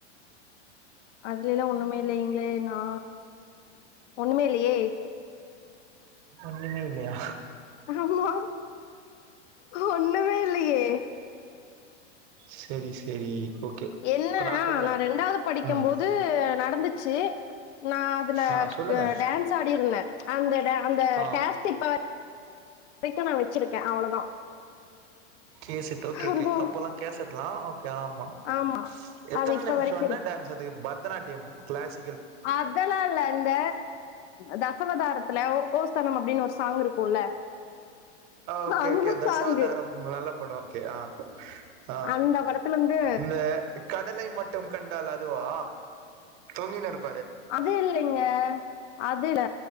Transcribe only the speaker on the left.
அதுலைலா ஒன்னுமே இல்ல எங்களை நா ஒன்னுமே இல்லயே
ஆமா ஒன்னுமே இல்லியே
என்னனா
நா ரெண்டாவது படிக்கு
போது நடந்துச்சு நா அதுல
க டான்ஸ் ஆடிருந்தே அங்க ந்த அங்க <unintelligible>
க்கும் நா வச்சிருக்கே அவ்ளோதா
அதுதா
ஆமா
அது இப்ப
வரைக்கு
அதெல்லால்ல இந்த த <unintelligible> தாரத்துல ஓ ஓ ஸ்தனம் அப்டின்னு சாங் இருக்குல்ல
அந்த
சாங்கு
அந்த படத்துல இருந்து
அது இல்லைங்க அதுல்ல